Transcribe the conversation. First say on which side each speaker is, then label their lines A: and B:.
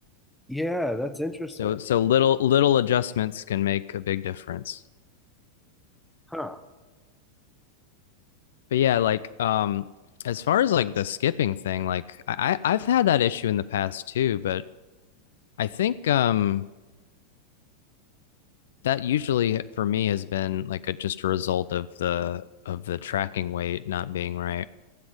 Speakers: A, in the centre; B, on the left (about 60°).
A: Yeah, that's interesting.
B: So so little little adjustments can make a big difference.
A: Huh.
B: But yeah, like um as far as like the skipping thing, like I I- have had that issue in the past too, but I think um that usually for me has been like a just a result of the of the tracking weight not being right.